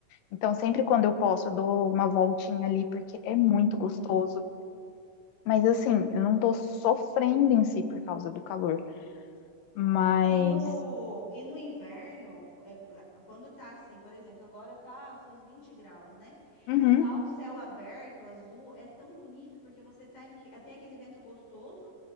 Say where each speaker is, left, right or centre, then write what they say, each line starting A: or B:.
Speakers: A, on the left; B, on the left.
A: Então, sempre quando eu posso, eu dou uma voltinha ali, porque é muito gostoso.
B: Uhum.
A: Mas, assim, eu não tô sofrendo em si por causa do calor. Mas.
B: E no, e no inverno, é, é, quando tá assim, por exemplo, agora tá seus 20 graus, né?
A: Uhum,
B: E tá um céu aberto, azul, é tão bonito porque você tá, aqui- eh, tem aquele vento gostoso